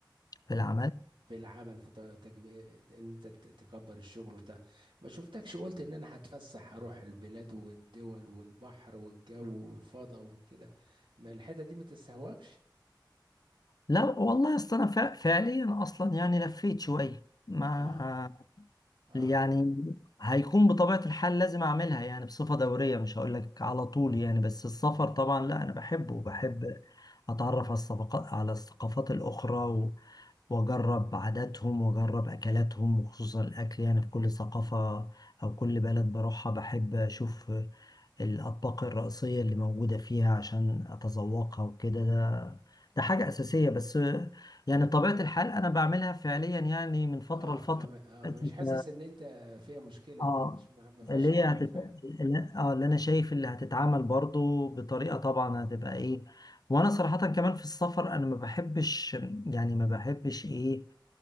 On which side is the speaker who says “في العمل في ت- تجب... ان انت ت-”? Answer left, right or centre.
Right